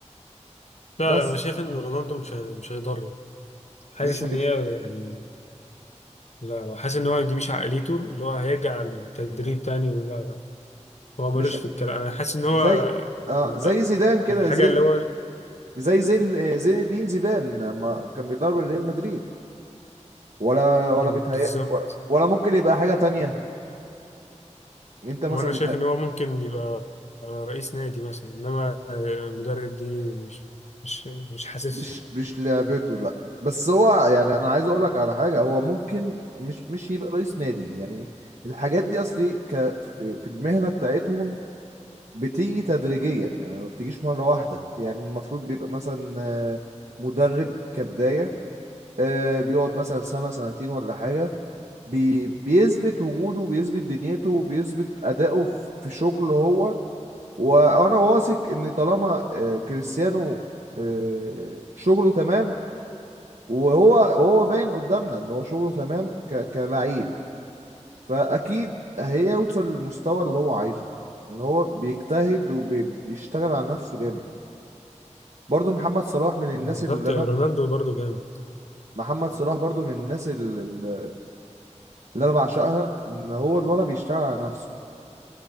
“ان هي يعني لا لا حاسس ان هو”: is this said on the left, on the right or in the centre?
Left